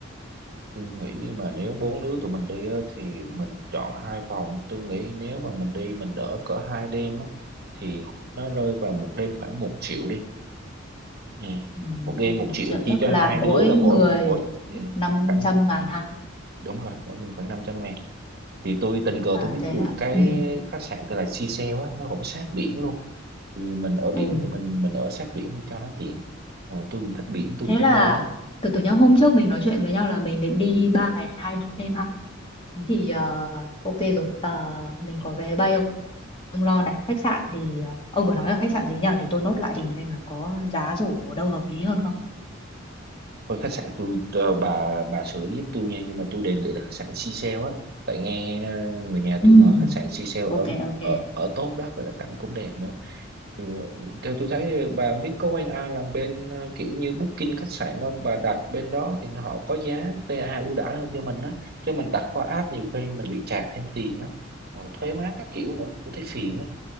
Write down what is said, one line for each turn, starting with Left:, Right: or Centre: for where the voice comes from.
Right: tôi nghĩ mà nếu bốn đứa tụi mình đi á, thì mình chọn hai phòng tôi nghĩ nếu mà mình đi mình ở cỡ hai đêm á, thì nó rơi vào một đêm khoảng một triệu đi ừ.
Left: Ừ,
Right: một
Left: Một
Right: đêm
Left: đêm
Right: một
Left: một
Right: triệu
Left: triệu
Right: chia
Left: tức
Right: cho
Left: là
Right: hai
Left: mỗi
Right: đứa là mỗi
Left: người
Right: mỗi ừ.
Left: năm
Right: khoảng
Left: trăm ngàn ha.
Right: đúng rồi mỗi người khoảng năm trăm ngàn thì tôi tình cờ
Left: À
Right: tôi biết
Left: thế
Right: được
Left: là
Right: cái
Left: ừ.
Right: khách sạn tên là Seashell á nó cũng sát biển luôn thì mình ở biển
Left: Ừ.
Right: thì mình mình ở sát biển đi cho nó tiện Ờ, tôi cũng thích biển tôi
Left: Thế
Right: cũng thích
Left: là
Right: bơi lắm
Left: từ từ nhá, hôm trước mình nói chuyện với nhau là mình định đi ba ngày hai đêm Thế thì ờ, ok rồi. Ờ, mình có vé bay không? Ông lo này, khách sạn thì ờ, ông vừa nói là khách sạn gì nhỉ để tôi nốt lại tìm xem là có giá rổ ở đâu hợp lý hơn không.
Right: Thôi khách sạn tôi ờ, bà bà xử lý giúp tôi nha nhưng mà tôi đề nghị là khách sạn Seashell á tại nghe ờ, người nhà
Left: Ừ.
Right: tôi nói khách sạn Seashell
Left: ok
Right: ở
Left: ok
Right: ở ở tốt đó và là cảnh cũng đẹp nữa thì ờ, theo tôi thấy ờ, bà biết có quen ai làm bên ờ, kiểu như booking khách sạn không bà đặt bên đó thì họ có giá PA ưu đãi hơn cho mình á chứ mình đặt qua app nhiều khi mình bị chạc thêm tiền á Ờ, thuế má các kiểu nữa tôi thấy phiền á